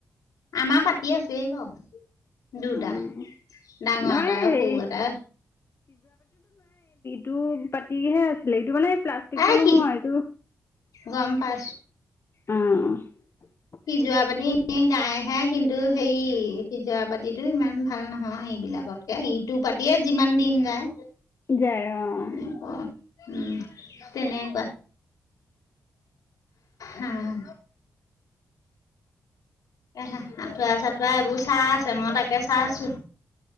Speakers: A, on the left; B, on the left.
A: আমাৰ পাতি আছে বাও। দুটা,
B: উম
A: ডাঙৰ
B: নাই
A: এটা আৰু
B: হেৰি
A: সৰু এটা।
B: টো পাতিহে আছিলে, এইটো মানে প্লাষ্টিকটো
A: এ
B: নহয়,
A: সি
B: এইটো,
A: গম পাইছো
B: অ '
A: সিজোৰা পাতি এনে গাইহে, কিন্তু সেই সিজৰা পাতিটো ইমান ভাল নহয়। <inaudible> ইবিলাকতকে, ইটো পাতিয়ে যিমান দিন যায়।
B: যায় অ
A: উম ক' উম তেনেকুৱা হম এহ, আঁঠুৱা-চাঠুৱা এইবোৰ চাই আছে, মই তাকে চাই আছো।